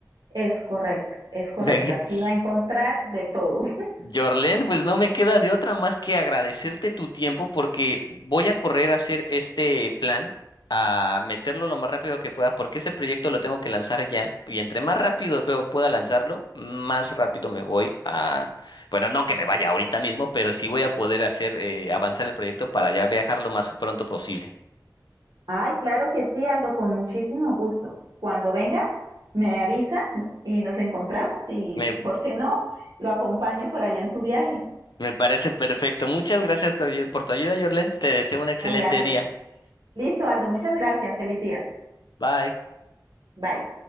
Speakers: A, on the right; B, on the left.
A: es correcto, es correcto.
B: <laughs>
A: Aquí va a encontrar de todo.
B: Jorlen, pues no me queda de otra más que agradecerte tu tiempo porque voy a correr a hacer este plan, a meterlo lo más rápido que pueda, porque ese proyecto lo tengo que lanzar ya. Y entre más rápido pu- pueda lanzarlo, más rápido me voy a... Bueno, no que me vaya ahorita mismo, pero sí voy a poder hacer eh, avanzar el proyecto para ya viajar lo más pronto posible.
A: Ay, claro que sí, Aldo, con muchísimo gusto. Cuando venga, me avisa y nos encontramos y,
B: Me,
A: ¿por qué no? Lo acompaño por allá en su viaje.
B: me parece perfecto. Muchas gracias tu ayu- por tu ayuda, Jorlen. Te deseo un excelente
A: Ay, Aldo.
B: día.
A: Listo, Aldo, muchas gracias. Feliz día.
B: Bye.
A: Bye.